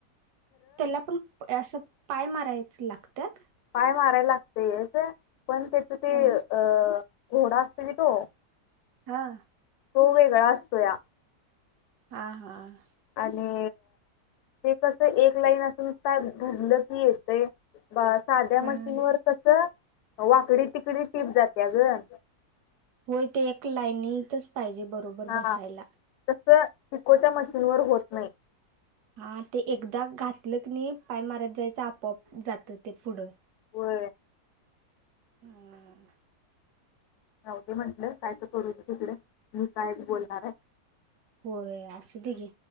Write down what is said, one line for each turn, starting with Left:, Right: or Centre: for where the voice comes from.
Right: त्याला पण असं पाय मारायचं लागतात
Left: पाय माराय लागतयच पण तेच ते
Right: हा
Left: अ घोडा असते की तो
Right: हां
Left: तो वेगळा असतोया
Right: हा हां
Left: आणि ते कस एक लाईन असून <inaudible> धरलं की येतय बा साध्या
Right: हा
Left: मशीनवरर कस वाकडी तिकडी टीप जात्या गं
Right: होय ते एक लाईनीतच पाहिजे बरोबर
Left: हा
Right: बसायला
Left: तसं पिकोच्या मशीन वर होत नाही.
Right: हा ते एकदा घातलं की नाही पाय मारत जायचं आपोआप जात ते पुढं.
Left: होय
Right: हम्म
Left: राऊ दे म्हटलं काय तर करू दे तिकडे मी काय बोलणार आहे
Right: हो असुदेे घे